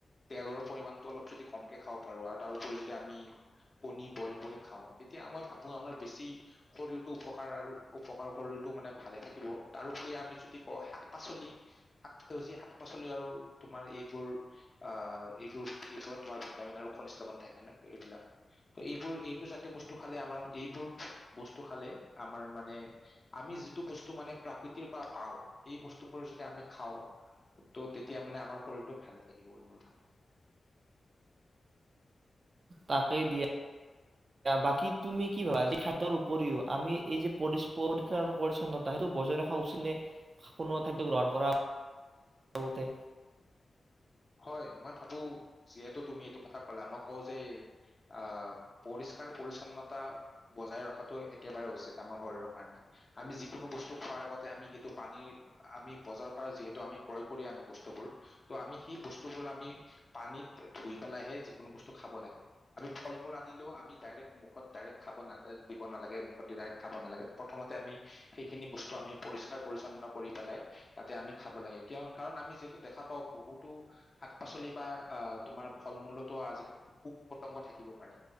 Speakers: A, on the left; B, on the right.
A: তেলৰ পৰিমাণটো অলপ যদি কমকে খাব পাৰো, আৰু তাৰপৰি যদি আমি কণী বইল কৰি খাওঁ তেতিয়া মই ভাবো আমাৰ বেছি শৰীৰটো উপকাৰ আৰু উপকাৰ শৰীৰতটো মানে ভালে থাকিব। তাৰ- আমি যদি ক‌ওঁ, শাক- পাচলি শাক সেউজীয়া শাক পাচলি আৰু তোমাৰ এইবোৰ আহ এইবোৰ এইবোৰত তোমাৰ ভিটামিন আৰু নিৱন থাকে ন এইবিলাক ত এইবোৰ এইবোৰ জাতীয় বস্তু খালে আমাৰ এইবোৰ বস্তু খালে আমাৰ মানে আমি যিটো বস্তু মানে প্ৰাক পা পাওঁ সেই বস্তুবোৰ যদি আমি খাওঁ, ত তেতিয়া মানে আমাৰ শৰীৰটো ভালে থাকিব বুলি মই ভাবো
B: তাকে দিয়া বাকী তুমি কি ভাবা খাদ্যৰ উপৰিও আমি এই যে পৰি পৰিস্কাৰ আৰু পৰিছন্নতা সেইটো বজাই ৰখা উচিত নে কোনোা খাদ্য গ্ৰহণ কৰাতে?
A: হয় মই ভাবো যিহেতু তুমি এইটো কথা ক'লা মই কওঁ যে, আহ পৰিষ্কাৰ পৰিছন্নতা বজাই ৰখাটো একেবাৰে উচিত আমাৰ শৰীৰৰ কাৰণে। আমি যিকোনো বস্তু খোৱাৰ আগতে আমি সেইটো পানীৰ আমি বজাৰৰ পৰা যিহেতু আমি ক্ৰয় কৰি আনো বস্তুবোৰ ত আমি সেই বস্তুবোৰ আমি পানীত ধুই পেলাইহে যিকোনো বস্তু খাব লাগে। আমি ফল মূল আনিলেও আমি ডাইৰেক্ট মুখত ডাইৰেক্ট খাব নাল দিব নালাগে মুখত ডাইৰেক্ট খাব নালাগে। প্ৰথমতে আমি সেইখিনি বস্তু আমি পৰিষ্কাৰ পৰিছন্ন কৰি পেলাই তাতে আমি খাব লাগে। কিয় কাৰণ আমি যিহেতু দেখা পাওঁ বহুতো শাক পাচলি বা আহ তোমাৰ ফল মূলতো আজিকালি পোক পতংগ থাকিব পাৰে।